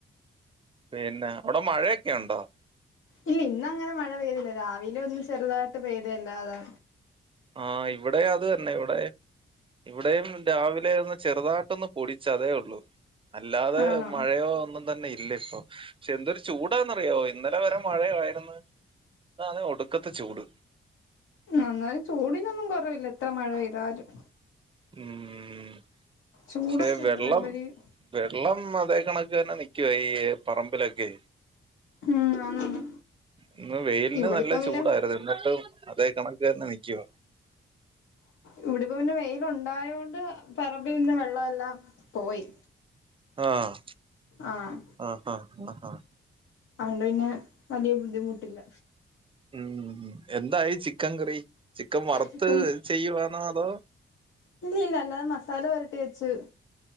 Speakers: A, on the right; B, on the left.
A: പിന്നെ അവിടെ മഴയൊക്കെ ഉണ്ടോ
B: ഇല്ല ഇന്നങ്ങനെ മഴ പെയ്തില്ല രാവിലെ ഒന്ന് ചെറുതായിട്ട് പെയ്ത അല്ലാതെ
A: ആഹ് ഇവിടെം അത് തന്നെ ഇവിടെ ഇവിടെയും രാവിലെ ഒന്ന് ചെറുതാട്ടൊന്ന് പൊടിച്ച് അതെ ഉള്ളു അല്ലാതെ
B: ആണോ
A: മഴയോ ഒന്നും തന്നെ ഇല്ല ഇപ്പം പക്ഷെ എന്തൊരു ചൂടാന്നറിയോ ഇന്നലെ വരെ മഴയായിരുന്ന് ഇന്ന് ആന്നേ ഒടുക്കത്തെ ചൂട്
B: എന്നാലും ചൂടിനൊന്നും കുറവില്ല എത്ര മഴ പെയ്താലും
A: ഉം പക്ഷേ
B: ചൂടൊക്കെ
A: വെള്ളം
B: ഉണ്ട് നല്ലൊരു
A: വെള്ളം അതേ കണക്ക് തന്നെ നിക്കുവാ ഈ പറമ്പിലൊക്കെ
B: ഉം ആന്നാന്ന്
A: ഇന്ന് വെയിലിന്
B: ഇവിടിപ്പം
A: നല്ല
B: പിന്നെ
A: ചൂടായിരുന്നു ഇന്നത്തെ അതേ കണ തന്നെ നിക്കുവാ
B: ഇവിടിപ്പോ പിന്നെ വെയിൽ ഉണ്ടായോണ്ട് പറമ്പിൽ നിന്ന വെള്ളം എല്ലാം പോയി
A: ആഹ്
B: ആഹ്
A: ആഹ് ആഹ് ആഹ്
B: അതോണ്ട് പിന്നെ വല്യ ബുദ്ധിമുട്ടില്ല
A: ഉം എന്തായി ചിക്കൻ കറി ചിക്കൻ വറുത്ത്
B: ചിക്കൻ
A: ചെയ്യുവാന്നോ അതോ
B: ഇല്ലല്ല അല്ലാതെ മസാല പൊരട്ടി വെച്ചു